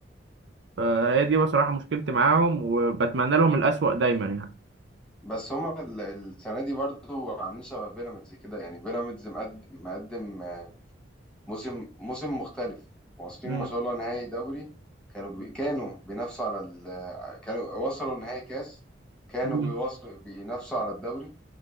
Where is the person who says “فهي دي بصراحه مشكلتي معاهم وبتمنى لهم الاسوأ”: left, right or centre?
Right